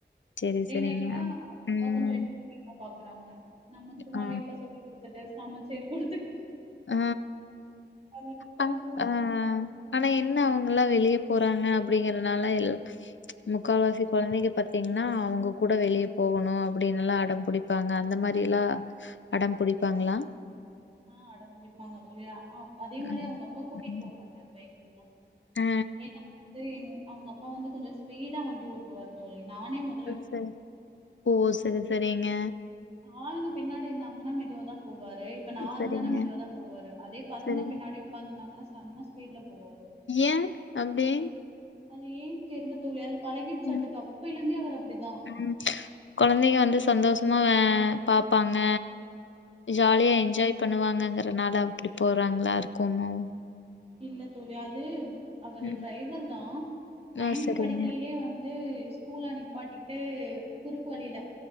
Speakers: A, on the left (about 80°); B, on the right (about 30°).
A: சரி,
B: அப்டிநேங்களா
A: சரிங்க.
B: அவங்க
A: ம்.
B: அப்பா கொஞ்சோ எல்லா பாக்குறாங்க நம்ம சும்மா
A: ஆ.
B: வீட்ல சொல்லி குடுத்துட்டு சமச்சு குடுத்துட்டு
A: ஆ
B: அத பண்றோ
A: அ அ ஆனா என்ன அவங்களா வெளிய போறாங்க அப்படிங்கிறனால எல் முக்காவாசி கொழந்தைங்க பாத்தீங்ன்னா அவங்க கூட வெளியே போகணு அப்டின்னுல்லா அடம்பிடிப் பாங்க அந்த மாரிலா அடம் புடிப்பாங்களா
B: ஆ அடம்பிடிப்பாங்க தோழி ஆ அதே மாரி
A: ம்.
B: அவங்க அப்பா கூட்டிட்டு
A: ம்.
B: போ மாட்டாரு பைக்கிள்ல்லா
A: ஆ.
B: ஏனா வந்து அவங்க அப்பா வந்து கொஞ்சோ ஸ்பீடா வண்டி ஓட்டுவாரு தோழி நானே மு
A: ம் சரி ஓ சரி சரிங்க
B: ஆளுங்க பின்னாடி இருந்தாங்கன்னா மெதுவாதா போவாரு இப்ப நா
A: சரிங்க.
B: இருந்தேனா மெதுவாதா போவாரு அதே பசங்க
A: சரி.
B: பின்னாடி உக்காந்து இருந்தாங்கன்னா செம்ம ஸ்பீட்ல போவாரு
A: ஏ அப்டி
B: அது ஏன் தெர்ல தோழி அது பழகிர்ச்சாட்டுக்கு
A: ம்.
B: அப்பயிலே இருந்தே அவர் அப்டிதா
A: ம் கொழந்தைக வந்து சந்தோஷமா வே பாப்பாங்க ஜாலியா என்ஜாய் பண்ணுவாங்கங்குறனால அப்டி போறாங்களா இருக்குமோ
B: இல்ல தோழி அது அவரு
A: ம்
B: டிரைவர்தா நைன்த்து
A: ஓ சரிங்க
B: படிக்கையிலே வந் து ஸ்கூல நிப்பாட்டிட்டு குறுக்கு வழில